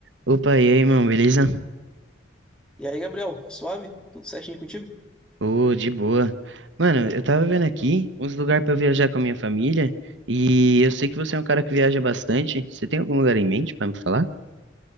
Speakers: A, on the right (about 70°); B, in the centre.
A: Opa, e aí, mano, beleza?
B: E aí, Gabriel, suave? Tudo certinho contigo?
A: Ô, de boa. Mano, eu tava vendo aqui uns lugares pra eu viajar com a minha família e eu sei que você é um cara que viaja bastante. Você tem algum lugar em mente pra me falar?